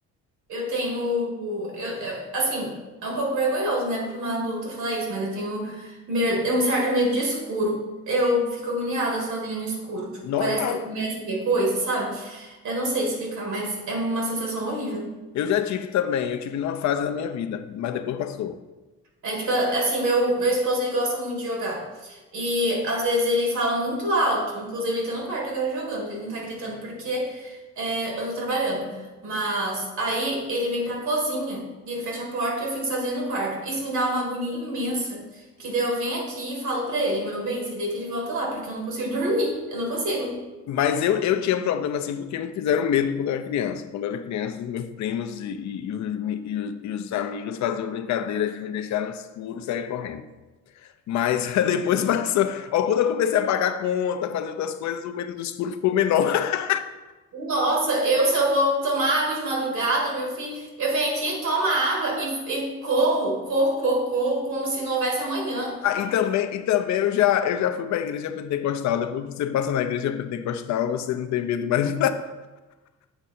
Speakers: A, on the right; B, on the left.
A: Eu tenho. Eu, eu- assim, é um pouco vergonhoso, né, pra uma adulta falar isso, mas eu tenho mer- um certo medo de escuro. Eu fico agoniada sozinha no escuro. Tipo,
B: Normal.
A: parece que eu começo a ver coisa, sabe? Eu não sei explicar, mas é uma sensação horrível.
B: Eu já tive também, eu tive numa fase da minha vida, mas depois passou.
A: É tipo é, assim, meu, meu esposo ele gosta muito de jogar. E às vezes ele fala muito alto. Inclusive, ele tá no quarto agora jogando. Ele não tá gritando porque é, eu tô trabalhando. Mas aí ele vem pra cozinha e ele fecha a porta e eu fico sozinha no quarto. Isso me dá uma agonia imensa. Que daí eu venho aqui e falo pra ele, meu bem, você deita de volta lá, porque eu não consigo dormir. Eu não consigo.
B: Mas eu, eu tinha um problema assim porque me fizeram medo quando eu era criança. Quando eu era criança, os meus primos e, e- e os, mi- e os- e os amigos faziam brincadeiras de me deixar no escuro e sair correndo. Mas <laughs> depois passou. Ó, quando eu comecei a pagar conta, fazer outras coisas, o medo do escuro ficou menor. <laughs>
A: Nossa, eu se eu vou tomar água de madrugada, meu filho, eu venho aqui, tomo a água e, e corro, corro, corro, corro, como se não houvesse amanhã.
B: Ah, e também, e também eu já, eu já fui para a igreja pentecostal. Depois que você passa na igreja pentecostal, você não tem medo mais